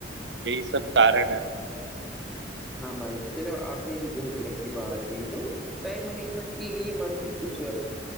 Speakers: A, on the right; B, in the centre.
A: یہی سب کارن ہے
B: ہاں بھائی چلو آپ نے بھی بہت ہی اچھی بات کہ تو ٹائم مینجمنٹ کے لیے مطلب کی کچھ